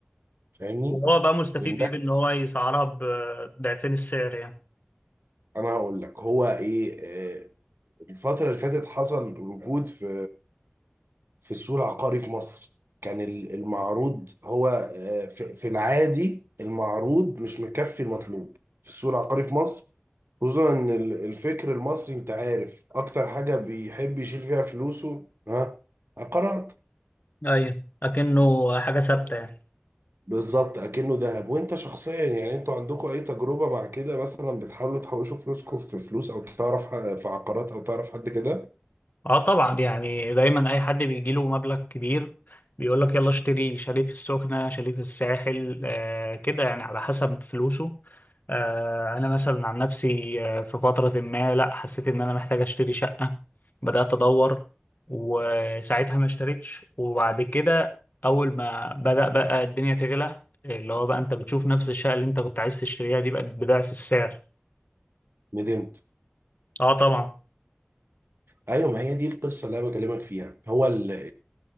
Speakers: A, on the right; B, on the left.
A: فاهمني؟
B: وهو بقى مستفيد
A: والناس
B: ايه بان هو يسعرها بضعفين السعر يعني
A: انا هقول لك هو ايه آه، الفتره اللي فاتت حصل ركود في في السوق العقاري في مصر كان ال- المعروض هو آه، في في العادي المعروض مش مكفي المطلوب في السوق العقاري في مصر خصوصا ان ال- الفكر المصري انت عارف اكتر حاجة بيحب يشيل فيها فلوسه ها عقارات
B: ايوه اكنه حاجه ثابته يعني
A: بالظبط اكنه ذهب وانت شخصيا يعني انتوا عندكم اي تجربة مع كده مثلا بتحاولوا تحوشوا فلوسكم في فلوس او تعرف ح- في عقارات او تعرف حد كده
B: اه طبعا يعني دايما اي حد بيجي له مبلغ كبير بيقول لك يلا اشتري شاليه في السخنه شاليه في الساحل آه كده يعني على حسب فلوسه آه انا مثلا عن نفسي آه في فتره ما لا حسيت ان انا محتاج اشتري شقه بدات ادور وساعتها ما اشتريتش وبعد كده اول ما بدا بقى الدنيا تغلى اللي هو بقى انت بتشوف نفس الشقه اللي انت كنت عايز تشتريها دي بقت بضعف السعر
A: ندمت
B: اه طبعا
A: ايوه ما هي دي القصة اللي انا بكلمك فيها هو ال